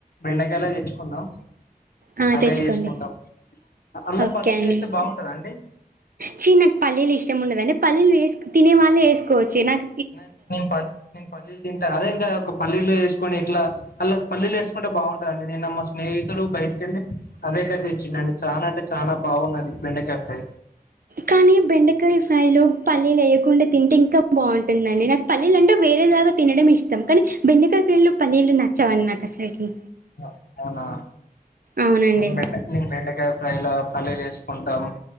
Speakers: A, on the left (about 80°); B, on the right (about 65°).
A: బెండకాయలె తెచ్చుకున్నం.
B: ఆ
A: అదే
B: తెచ్చుకోండి
A: చేస్కుంటం అల్ల
B: ఓకే
A: పల్లీల్
B: అండి
A: ఏత్తే బాగుంటదా అండి
B: చీ నాక్ పల్లీల్ ఇష్టంముందండి పల్లీలు వేస్ తినే వాళ్ళే ఏస్కోవచ్చు నాక్
A: నేన్ నేన్ పల్ నేన్ పల్లిల్ తింట అదే ఇంకా ఒక పల్లీలు ఏసుకొని ఇట్లా అల్ల పల్లీలు ఏసుకుంటే బాగుంటదండి నిన్న మా స్నేహితుడు బయటికెళ్ళి అదే కర్రీ తెచ్చిండు అండి చాలా అంటే చాలా బాగున్నది బెండకాయ ఫ్రై
B: కానీ బెండకాయ ఫ్రై లో పల్లీలు ఏయకుండా తింటే ఇంక బా ఉంటుందండి నాకు పల్లీలు అంటే వె వేరే లాగ తినడం ఇష్టం కానీ బెండకాయ ఫ్రై లో పల్లీలు నచ్చవండి నాకు అసల్కే
A: అ అవునా
B: అవునండి
A: బెండ మీ బెండకాయ ఫ్రైలో పల్లీలు ఏసుకుంటాం